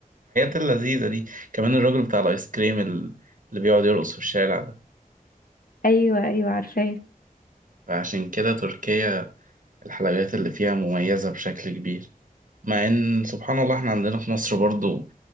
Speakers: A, on the right; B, on the left.
A: اللذيذة دي كمان الراجل بتاع الايس كريم ال- اللي بيقعد يرقص في الشارع ده
B: ايوه ايوه عارفاه
A: فعشان كده تركيا الحلويات اللي فيها مميزة بشكل كبير مع ان سبحان الله احنا عندنا في مصر برضو